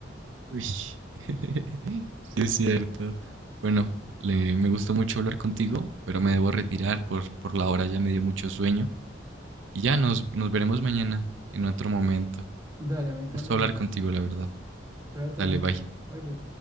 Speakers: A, on the right (about 85°); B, on the right (about 20°).
A: Uy. <laughs> Sí, es cierto. Bueno, le- me gustó mucho hablar contigo, pero me debo retirar por, por la hora, ya me dio mucho sueño. Y ya nos, nos veremos mañana en otro momento.
B: Dale, a mí
A: Un
B: también.
A: gusto hablar contigo, la verdad.
B: Cuídate
A: Dale,
B: mucho.
A: bye.
B: Bye bye.